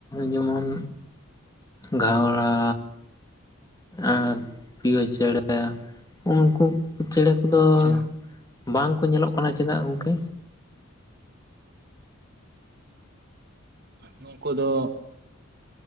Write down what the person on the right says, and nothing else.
ᱟᱪᱪᱷᱟ
ᱱᱩᱠᱩ ᱫᱚ